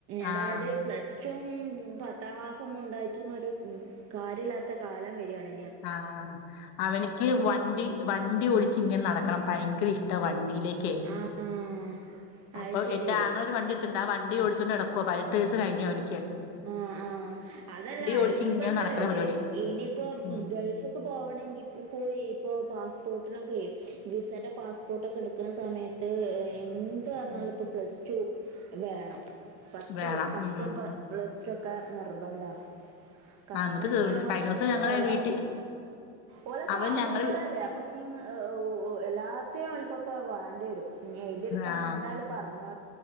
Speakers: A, on the right; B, on the left.
A: അതായത്
B: ആഹ്
A: പ്ലസ് പത്താം ക്ലാസ്സ ഒന്നും ഉണ്ടായിട്ടുന്നൊ ഒരു കാര്യമില്ലാത്ത കാലം വരിയാണ്
B: ആഹ അവനിക്ക് വണ്ടി വണ്ടി ഓടിച്ച് ഇങ്ങനെ നടക്കണം ഭയങ്കര ഇഷ്ട വണ്ടി യിലേ
A: ആഹ്
B: അപ്പൊ
A: അത് ശരി
B: എ ആങ്ങള ഒരു വണ്ടി എടു ണ്ട വണ്ടി ടിച്ചൊന്ന് എടക്കുവോ പതിനെട്ട ദിവസസ് കഴിഞ്ഞോ എനിക്ക്
A: ആഹ ആഹ അതല്ല
B: ഓടിച്ച്
A: ഇനിയിപ്പോ
B: ഇങ്ങനെ
A: എന്താ
B: നടക്കണ
A: പറയോ
B: പരിപാടി
A: ഇനിയിപ്പോ
B: ഉം
A: ഗൾഫ ഒക്കെ പോകണമെങ്കിൽ കൂടി ഇപ്പോ പാസ്പോർട്ടിനൊക്കെ വിസന്റെ പാസ്പോർട്ടൊക്കെ എടുക്കുന്ന സമയത്ത് എന്ത് പറഞ്ഞാല
B: ഉം
A: ഇപ്പ പ്ലസ് ടു വേണം പത്ത്
B: വേണം
A: പത്ത്
B: ഉം
A: പ്ലസ് ഒക്കെ നിർബന്ധാ കാരണം
B: ആഹ് എന്നിട്ട്
A: ഇനി അങ്ങോട്ട്
B: കഴിഞ്ഞ ദിവസം
A: അങ്ങനെ
B: ഞങ്ങളെ
A: കലും
B: വീട്ടി
A: ഓലെ കാ
B: അവൻ
A: ആൺകുട്ടികളല്ലേ
B: ഞങ്ങള്
A: അപ്പൊ ഇനി എല്ലാത്തിും ൊക്കെ വേണ്ടി വരും ഇനി എഴുതിെടുക്കാൻ
B: ആഹ്
A: എന്തായാലും പറഞ്ഞോ